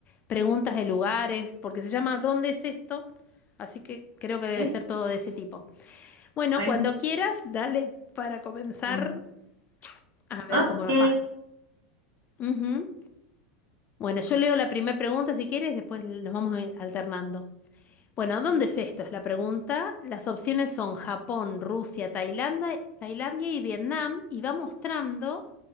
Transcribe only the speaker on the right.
¿eh?
Bueno,
mm,
ok.